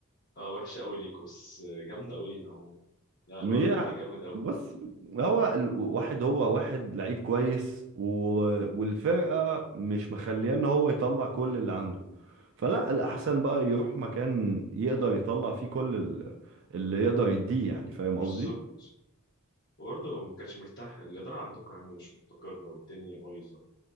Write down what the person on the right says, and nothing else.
هي
بص هو الواحد هو واحد لعيب كويس و- والفرقة مش مخليه ان هو يطلع كل اللي عنده فلا الأحسن بقى يروح مكان يقدر يطلع فيه كل ال- اللي يقدر يديه يعني فاهم
قصدي؟